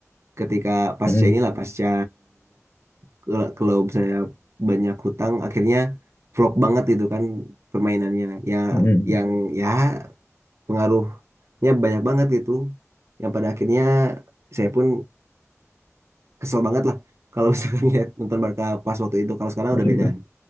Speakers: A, on the right; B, on the left.
A: ketika pasca
B: Mm,
A: inilah pasca kalau kalau misalnya banyak hutang akhirnya flop banget gitu kan permainannya ya
B: mm.
A: yang ya pengaruhnya banyak banget gitu yang pada akhirnya saya pun kesel banget lah kalau misalkan <laughs> lihat nonton Barca pas waktu itu kalau sekarang
B: <laughs>
A: udah beda